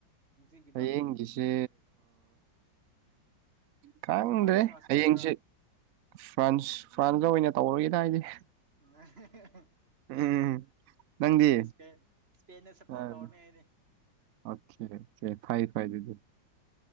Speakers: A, on the right; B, on the right.
A: ꯍꯧꯖꯤꯛꯀꯤꯗꯣ
B: ꯍꯌꯦꯡꯒꯤꯁꯦ ꯀꯉ꯭ꯔꯦ
A: ꯐ꯭ꯔꯥꯟꯁꯔꯣ ꯏꯁꯄꯦꯟꯗꯔꯣ
B: ꯍꯌꯦꯡꯁꯤꯦ ꯐ꯭ꯔꯥꯟꯁ ꯐ꯭ꯔꯥꯟꯁꯗ ꯑꯣꯏꯅ ꯇꯧꯔꯒꯦꯅ ꯍꯥꯏꯗꯤ
A: ꯎ
B: ꯎꯝ ꯅꯪꯗꯤ
A: ꯍꯥꯏ ꯏꯁꯄꯦ ꯏꯁꯄꯦꯟꯗ ꯁꯞꯄꯣꯔꯠ
B: ꯑꯣꯀꯦ
A: ꯇꯧꯔꯅꯤ ꯑꯩꯗꯤ
B: ꯑꯣꯀꯦ ꯐꯩ ꯐꯩ ꯑꯗꯨꯗꯤ